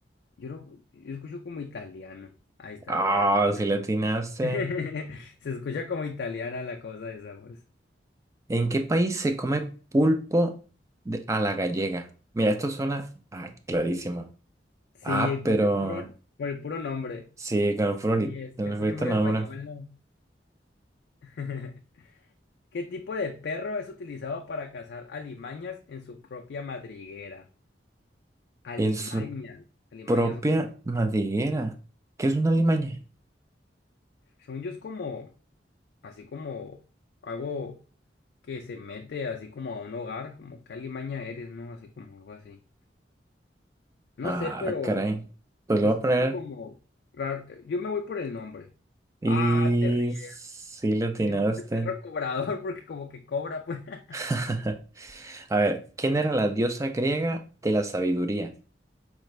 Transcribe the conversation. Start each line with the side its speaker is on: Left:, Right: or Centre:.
Left: yo no, yo escucho como italiano. Ahí está,
Right: Ah,
Left: mira, ¿viste?
Right: si le atinaste.
Left: <laughs> Se escucha como italiana la cosa esa, pues.
Right: ¿En qué país se come pulpo de- a la gallega? Mira, esto suena ah, clarísimo.
Left: Sí,
Right: Ah,
Left: por
Right: pero
Left: el puro, por el puro nombre.
Right: sí, con el florito,
Left: Sí, es-
Right: con
Left: se escucha
Right: el florito
Left: muy
Right: nombre.
Left: español, ¿no? <laughs> ¿Qué tipo de perro es utilizado para cazar alimañas en su propia madriguera? Alimañas,
Right: En su
Left: alimañas,
Right: propia madriguera. ¿Qué es una limaña?
Left: según yo es como, así como algo. que se mete así como a un hogar, como Calimaña eres, ¿no? Así como algo así. No
Right: Ah,
Left: sé, pero
Right: caray. Pues
Left: se
Right: lo
Left: escucha
Right: voy a poner
Left: como raro. Yo me voy por el nombre.
Right: y
Left: Ah, te ríes.
Right: sí le atinaste.
Left: Yo le puse perro cobrador <laughs> porque como que cobra, pues. <laughs>
Right: <laughs> A ver, ¿quién era la diosa griega de la sabiduría?